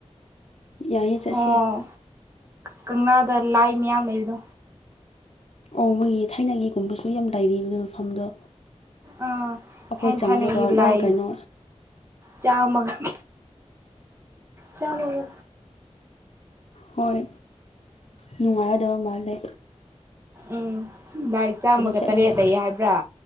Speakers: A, on the left; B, on the right.
A: ꯌꯥꯏꯌꯦ ꯆꯠꯁꯦ
B: ꯑꯣ ꯀꯪꯂꯥꯗ ꯂꯥꯏ ꯃꯌꯥꯝ ꯂꯩꯕꯗꯣ
A: ꯑꯣ ꯃꯣꯏꯒꯤ ꯊꯥꯏꯅꯒꯤꯒꯨꯝꯕꯁꯨ ꯌꯥꯝ ꯂꯩꯥꯏꯔꯤꯕꯅꯦ ꯃꯐꯝꯗꯣ
B: ꯎꯝ
A: ꯑꯩꯈꯣꯏ
B: ꯊꯥꯏ
A: ꯆꯪꯔꯒ
B: ꯊꯥꯅꯒꯤ
A: ꯂꯣꯏ
B: ꯂꯥꯏ
A: ꯀꯩꯅꯣ
B: ꯆꯥꯃꯒꯝ ꯆꯥꯃꯒ
A: ꯍꯣꯏ ꯅꯨꯡꯉꯥꯏꯒꯗꯕ ꯃꯥꯜꯂ
B: ꯎꯝ ꯂꯥꯏ ꯆꯥꯝꯃꯒ
A: ꯆꯠꯂꯒ
B: ꯇꯔꯦꯠ ꯂꯩ ꯍꯥꯏꯕ꯭ꯔꯥ